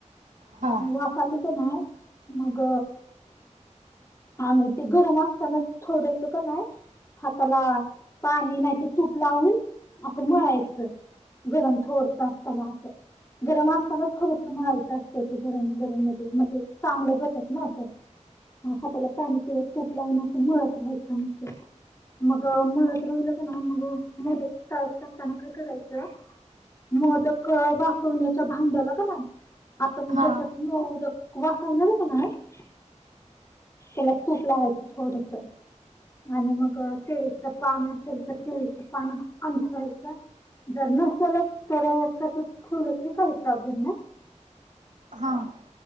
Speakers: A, on the right; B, on the left.
A: हां
B: वाफाली आली की नाही मग आणि ते गरम असतानाच थोडस का नाही. हाताला पाणी नाही तर तूप लावून असं मळायचं. गरम थोडस असताना असं. गरम असतानाच खरंच मळायचं असतं ते गरम गरमध्ये म्हणजे चांगलं होतात ना ते हाताला पाणी किंवा तूप लावून अस मळत राहायचं मग ते मग मळत राहिलं का ना मग मोदक तयार करताना काय करायचं. मोदक वापवण्याच्या भांड्याला का नाही. आपण
A: हां हां हां हां हां हां
B: ज्याच्यात मोदक वाफवणार आहे की नाही. त्याला तूप लावायचं थोडस. आणि मग केळीच पान असेल तर केळीच पान अंथरायचं. जर नसेल तर तस ठेवलं तरी काही प्रॉब्लेम नाही.
A: हां